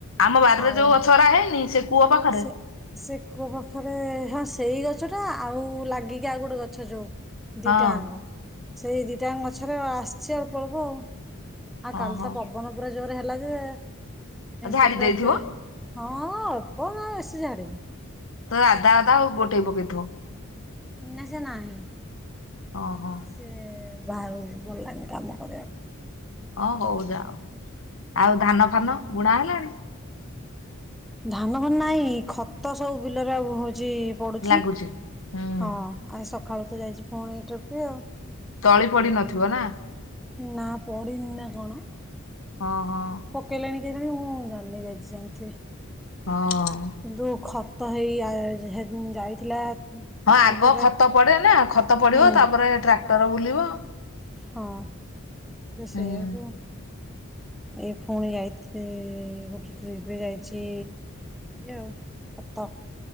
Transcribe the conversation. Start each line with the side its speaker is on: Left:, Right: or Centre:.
Left: ଆମ ବାାରରେ
Centre: ଆଉ
Left: ଯୋଉ ଗଛରା ହେଇନି ସେ କୂଅ ପାଖରେ
Centre: ସେ। ସେ କୂଅ ପାଖରେ ହଁ ସେଇ ଗଛ ଟା ଆଉ ଲାଗିକି ଆଉ ଗୋଟେ ଗଛ ଯୋଉ ଦିଟାଙ୍କ
Left: ହଁ।
Centre: ସେଇ ଦିଟାଙ୍କ ଗଛରେ ଆସିଛି ଅଳ୍ପ ଅଳ୍ପ ଆଉ। ଆଉ କାଲି
Left: ଓହୋ
Centre: ତ ପବନ ପୁରା ଜୋରେ ହେଲା ଯେ
Left: ଝାଡି
Centre: କେତେଟାଏ
Left: ଦେଇଥିବ
Centre: ତେ ହଁ ହ ଉ ବେଶୀ ଜାଡ଼େନି।
Left: ତୋ ଅଧା ଅଧା ଆଉ ଗୋଟେ ପକେଇଥିବ।
Centre: ଏଇନା ସେ ନାହିଁ।
Left: ଓହୋ।
Centre: ସେ ବାହାରୁ ଗଲାଣିି କାମ କରିବାକୁ।
Left: ଓଁ ହଉ ଯାଅ ଆଉ ଧାନ ଫାନ ବୁଣା ହେଲାଣି।
Centre: ଧାନ ଭାନ ନାହିଁ ଖତ ସବୁ ବିଲରେ ଆଉ ହଉଛି ପଡୁଛି
Left: ଲାଗୁଛି ହୁଁ।
Centre: ହଁ। ଆ ସକାଳୁ ତ ଯାଇଛି ଫୁଣି ଏଇଟ୍ରିଫ ଆଉ।
Left: ତଳି ପଡି ନଥିବ ନା।
Centre: ନା ପଡିିନି ନା କଣ?
Left: ହଁ ହଁ।
Centre: କେଇିଲଣି କେିଲଣି ମୁଁ ଜାଣିନି ଜେଜ ଜାଣିଥିବି।
Left: ହଁ।
Centre: ଯୋଉ ଖତ ହେଇ ଯାଇଥିଲା।
Left: ହଁ
Centre: ଆଉ
Left: ଆଗ
Centre: ଥରେ
Left: ଖତ ପଡେ ନା ଖତ ପଡିବ
Centre: ହୁଁ
Left: ତାପରେ ଟ୍ରାକ୍ଟର ବୁଲିବ।
Centre: ହଁ ସେଇଆ
Left: ହୁଁ।
Centre: ହୁଏ। ଏଇ ପୁଣି ଯାଇି ଗୋଟେ ଟ୍ରିପ ଯାଇଛି ଆଉ। ଖତ